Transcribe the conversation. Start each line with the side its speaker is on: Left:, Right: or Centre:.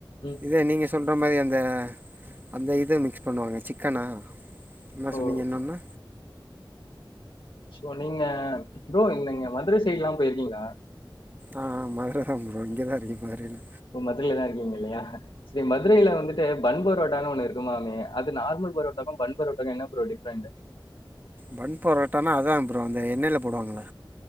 Left: ம்
Right: இதே நீங்க சொல்ற மாரி அந்த அந்த இது மிக்ஸ் பண்ணுவாங்க சிக்கனா என்ன
Left: ஓ
Right: சொன்னீங்க இன்னொன்னு
Left: சோ நீங்க ப்ரோ இந்தங்க மதுர சைட்லா போயிருக்கீங்ளா
Right: ஆ மதுரதாம் ப்ரோ இங்கதா இருக்க மத்ரைல
Left: ஓ மதுரைலதா இருக்கீங்க இல்லையா சரி மதுரைல வந்துட்டு பன் பரோடான் ஒண்ணு இரு க்குமாமே அது நார்மல் பரோட்டாக்கு பன் பரோட்டாக்கு என்ன ப்ரோ டிஃப்ரண்ட்டு
Right: பன் பரோட்டனா அதா ப்ரோ அந்த எண்ணெய்ல போடுவாங்கள